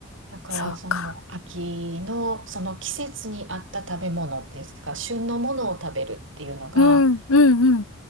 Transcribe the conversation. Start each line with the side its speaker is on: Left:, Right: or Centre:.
Right: だからその秋のその季節に合った食べ物っていうか旬のものを食べるっていうのが
Left: そうか。うんうんうん。